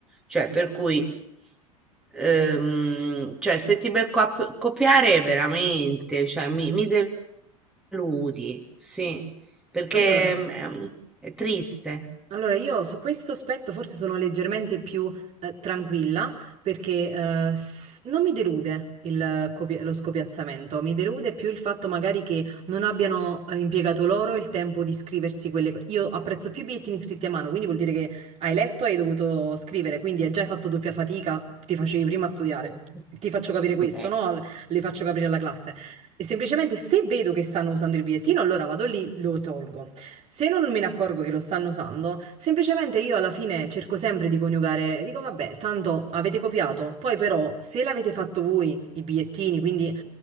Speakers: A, in the centre; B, on the right (about 35°).
A: cioè, per cui, ehm, cioè, se ti becco a p- copiare veramente, cioè, mi, mi deludi, sì, perché
B: Allora,
A: mm, è triste.
B: Allora, io su questo aspetto forse sono leggermente più eh, tranquilla perché eh, s- non mi delude il copi- lo scopiazzamento, mi delude più il fatto magari che non abbiano eh, impiegato loro il tempo di scriversi quelle cose. Io apprezzo più i bigliettini scritti a mano, quindi vuol dire che hai letto e hai dovuto scrivere, quindi hai già fatto doppia fatica, ti facevi prima a studiare.
A: <laughs>
B: Ti faccio capire
A: Sì.
B: questo, no? Le faccio capire alla classe. E semplicemente se vedo che stanno usando il bigliettino, allora vado lì, lo tolgo. Se non me ne accorgo che lo stanno usando, semplicemente io alla fine cerco sempre di coniugare, dico vabbè, tanto avete copiato, poi però se l'avete fatto voi i bigliettini, quindi